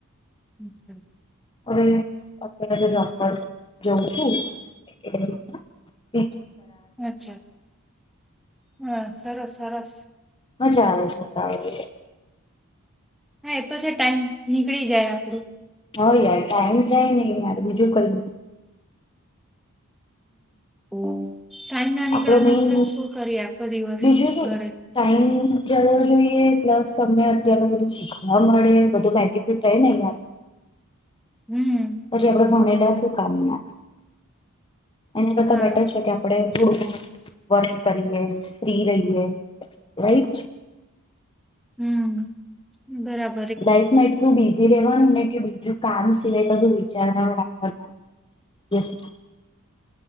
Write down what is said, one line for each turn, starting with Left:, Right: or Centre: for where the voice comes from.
Centre: <unintelligible>
Left: અવે અત્યારે તો <unintelligible> <unintelligible>
Centre: અચ્છા હા સરસ સરસ
Left: મજા આવે છોકરાઓ <unintelligible>
Centre: હા એ તો છે ટાઈમ નીકળી જાય આપડુ.
Left: હ યાર ટાઈમ જાય નહી યાર બીજું કર્યું
Centre: હા ટાઈમ ના નીકળે
Left: આપડો
Centre: તેમ
Left: મેઈન
Centre: ત શું કરીએ આખો દિવસ
Left: બીજું શું
Centre: ઘરે.
Left: ટાઈમ જવો જોઈએ પ્લસ તમને અત્યારનું થોડું શીખવા મળે બધું બેનિફિટ રહે ને અહીંયા.
Centre: હમ.
Left: અઝુ આપણે ભણેલા સુ કામના. એના કરતા
Centre: હા
Left: બેટર છે કે આપણે <unintelligible> વર્ક કરીએ ફ્રી રહીએ રાઈટ.
Centre: હમ બરાબ
Left: લાઈફ મા એટલું બીઝ રેવાનું ને કે બીજું કામ સિવાય બધું વિચારવા <unintelligible>